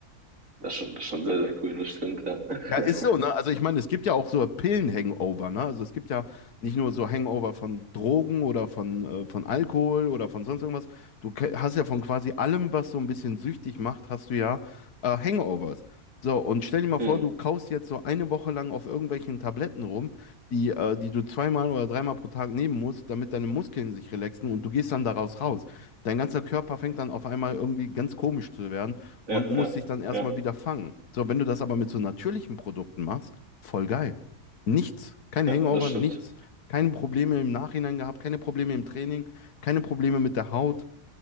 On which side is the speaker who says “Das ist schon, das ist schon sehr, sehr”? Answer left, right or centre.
Right